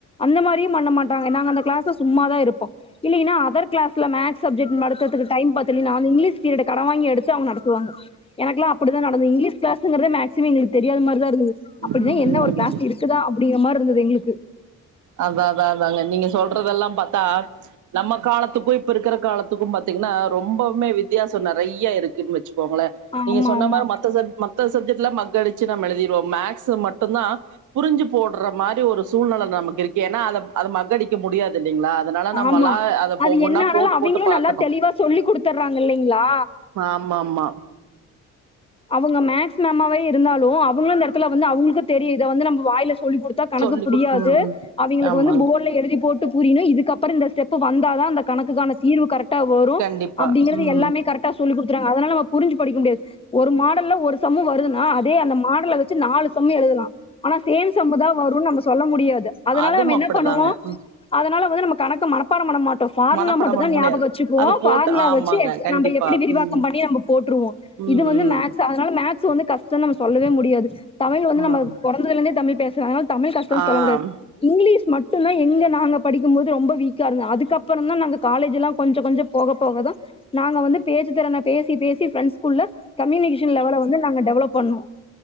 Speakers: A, on the left (about 20°); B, on the right (about 75°).
A: அந்த மாரியும் பண்ண மாட்டாங்க நாங்க அந்த கிளாஸ்ல சும்மாதா இருப்போ இல்லீன்னா அதர் கிளஸ்ல மேக்ஸ் சப்ஜெட் நடத்ததுக் டைம் பத்தலினா அந்த இங்கிலீஷ் பீரியட கட வாங்கி எடுத்து அங்க நடத்துவாங்க எனக்கெல்லா அப்டிதா நடந்தது இங்கிலீஷ் கிளாங்கறத மேக்ஸிம எங்களுக்கு தெரியாத மாதிரிதா இருந்தது
B: ம்
A: அப்டினா என்ன
B: ம்
A: ஒரு கிளாஸ் இருக்குதா அப்டிங்கிற மாரி இருந்தது எங்களுக்கு
B: அதா அதா அதங்க நீங்க சொல்றதெல்லா பாத்தா நம்ம காலத்துக்கு இப்ப இருக்கிற காலத்துக்கு பத்தா திங்ன்னா ரொம்பவுமே வித்தியாச நெறைய இருக்குன்னு வச்சுக்கோங்கள
A: ஆமா
B: நீங்க சொன்ன
A: ஆமா
B: மார மத்த சப் மத்த மத்த சப்ஜெக்ட் எல்லா மக்கடிச்சு நம்ம எழுதிருவோ மேக்ஸ் மட்டும்தா புரிஞ்சு போடுற மாரி ஒரு சூழ்நிலை நமக் இருக்கு ஏன்னா அதை அது மக்கடிக்க முடியாது இல்லீங்களா அதனால நம்மல்லா
A: ஆமா
B: அத
A: அது
B: ஒவ்வொன்னா
A: என்ன ஆனாலு
B: போட்டுப்
A: அவிங்களு
B: போட்டு பாக்கணு
A: நல்லா தெளிவா சொல்லி குடுத்துர்றாங்க இல்லைங்களா
B: ஆம் மம்மா
A: அவங்க மேக்ஸ் மேமாவே இருந்தாலு அவங்க இந்த எடத்துல வந்து அவங்களுக்கு தெரியு இத வந்து நம்ம வாயில சொல்லிக் குடுத்தா கணக்குப்
B: சொல்லி
A: புரியாது
B: குடு ம் ம்
A: அவிங்களுக்கு
B: ஆமாங்க
A: வந்து போட்ல எழுதி போட்டு புரியினு இதுக்கப்புற இந்த ஸ்டெப்பு வந்தாதா அந்த கணக்குக்கான தீர்வு கரெக்டா வரு
B: கண்டிப்பா
A: அப்டிங்கறது
B: ம்
A: எல்லாமே கரெக்டா சொல்லி குடுகறங்க அதனால நம்ம புரிஞ்சு படிக்க முடியாது மாடல ஒரு சம் வருதுன்னா அதே அந்த மாடல் வச்சு நாலு சம் எழுதலா ஆனா சேம் சமுதா வருன்னு நம்ம சொல்ல முடியாது அதனால
B: அதுவும்
A: நம்ம என்ன
B: அப்படிதாங்க
A: பண்ணுவோ
B: ம்
A: அதனால வந்து நம்ம கணக்க மனப்பாடோ பண்ண மாட் டோ ஃபார்முலா
B: மனப்பாடம்
A: மட்டுதா
B: பண்ண
A: ஞாபக
B: முடியாது
A: வச்சுக்குவோ
B: அத போட்டு
A: பார்முலா
B: ஆமாங்க
A: வச்சு எக்ஸ்
B: கண்டிப்பா
A: நம்ம எப்டி விரிவக்கம்
B: ம்
A: பண்ணி நம்ம போட்டுருவோ
B: ம்
A: இது நம வந்து
B: ம்
A: மேக்ஸ் அதனால மேக்ஸ் வந்து கஷ்ட நம்ம சொல்லவே முடியாது தமிழ் வந்து
B: ம்
A: நம்ம பொறந்தலந்தே தமிழ் பேசுற அதனால தமிழ் கஷ்டோன்னு
B: ஆ
A: சொல்ல முடியாது
B: ம்
A: இங்கிலீஷ் மட் மட்டு்தா எங்கே நாங்க படிக்கும்போது ரொம்ப வீக்காக இருந்தது அதுக்கப்புற தா நாங்க காலேஜ் எலாம் கொஞ்சோ கொஞ்ச போக போகதா நாங்க வந்து பேச்சு திறன பேசிப் பேசி ஃப்ரெண்ட்ஸ்குள்ள கம்யூனிகேஷன் லெவல வந்து நாங்க டெவலப் பண்ணனு